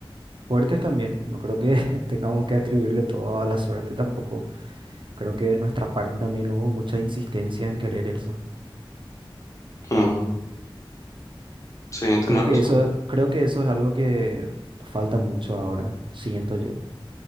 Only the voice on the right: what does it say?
Fuertes también, no creo que <laughs> tengamos que atribuirle todo a la suerte tampoco. Creo que de nuestra parte también hubo mucha insistencia en querer eso.
Creo que
eso, creo que eso es algo que falta mucho ahora, siento yo,